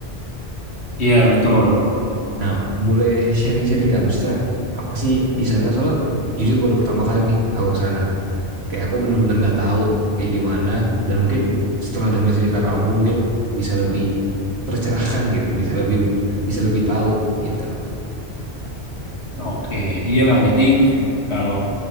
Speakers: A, on the left; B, on the right.
A: Iya betul.
B: Nah, boleh sharing-sharing nggak? Maksudnya apa sih di sana? Soalnya jujur baru pertama kali nih aku ke sana. kayak aku benar-benar nggak tahu kayak gimana dan mungkin setelah dengar cerita kamu mungkin bisa lebih tercerahkan gitu bisa lebih bisa lebih tahu gitu
A: Oke, iya bang. Jadi kalau